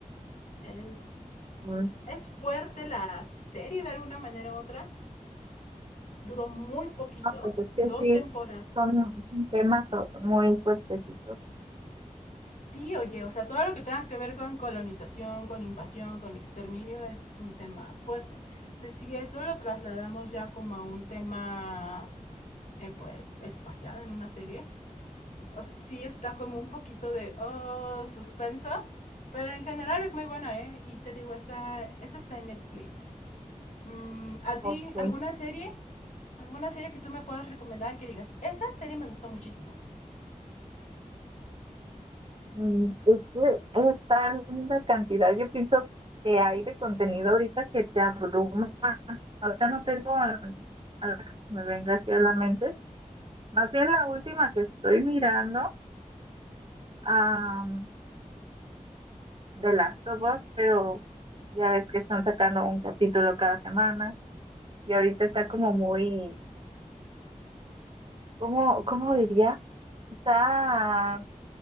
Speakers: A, on the left (about 65°); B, on the right (about 40°).
A: Es,
B: mm,
A: es fuerte la serie de alguna manera u otra, duró muy poquito,
B: No, pues es
A: dos
B: que sí,
A: temporadas.
B: son son temas o- muy fuertecitos.
A: Sí, oye, o sea, todo lo que tenga que ver con colonización, con invasión, con exterminio es un tema fuerte. Entonces, si eso lo trasladamos ya como a un tema, eh, pues, espacial en una serie, o sea, sí está como un poquito de, oh, suspenso, pero en general es muy buena, ¿eh? Y te digo, está, esa está en Netflix. Mm, ¿A ti
B: Ok.
A: alguna serie? ¿Alguna serie que tú me puedas recomendar que digas, esa serie me gustó muchísimo?
B: Mm, pues Es que es tan cantidad, yo pienso que hay de contenido ahorita que te abruma. Ahorita no tengo nada que me venga así a la mente. Más bien la última que estoy mirando, am, de Last of Us, pero ya ves que están sacando un capítulo cada semana y ahorita está como muy, ¿cómo, cómo diría? Está